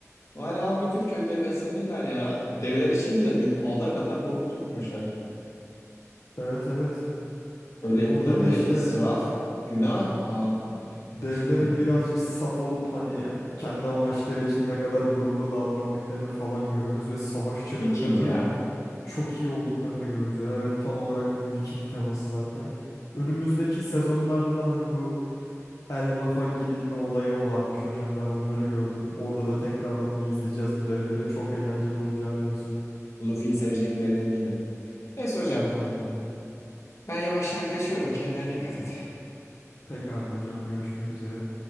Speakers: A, on the left (about 60°); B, on the left (about 80°).
A: Bari al götür köyde beslenirler ya. Devler için bile büyük ada kadar balık tutmuşlar.
B: Evet evet.
A: Öyle
B: Ya
A: yapılır
B: burada
A: mı?
B: da işte
A: İsraf, günah. Aa.
B: devlerin
A: <laughs>
B: birazcık saf olup hani kendi amaçları için ne kadar gururlu davrandıklarını falan görürüz ve savaşçılıklarının
A: E, Viking ya.
B: çok iyi olduklarını görürüz ya. Evet tam olarak bir Viking teması zaten. Önümüzdeki sezonlarda da hani bu Elbaf'a gidilme olayı o varmış hocam. Ben onları gördüm. Orada da tekrardan bir izleyeceğiz bu devleri. Çok eğlenceli olacağı benziyor.
A: Luffy'yi seveceklerine eminim. Neyse hocam.
B: Ben de.
A: Ben yavaştan kaçıyorum. Kendine dikkat et.
B: Pekala hocam görüşmek üzere.